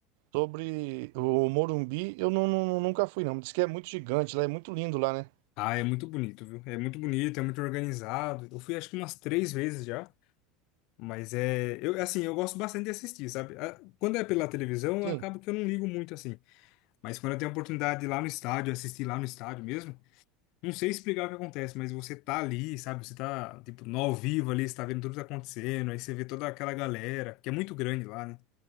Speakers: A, on the right (about 70°); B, on the left (about 55°).
A: sobre o Morumbi, eu não, não- nunca fui, não. Diz que é muito gigante lá, é muito lindo lá, né?
B: Ah, é muito bonito, viu? É muito bonito, é muito organizado. Eu fui acho que umas três vezes já. Mas é, eu assim, eu gosto bastante de assistir, sabe? Ah, Quando é pela televisão,
A: Sim.
B: acaba que eu não ligo muito assim. Mas quando eu tenho a oportunidade de ir lá no estádio, assistir lá no estádio mesmo, não sei explicar o que acontece, mas você tá ali, sabe? Você tá tipo no ao vivo ali, você tá vendo tudo que tá acontecendo, aí você vê toda aquela galera, que é muito grande lá, né?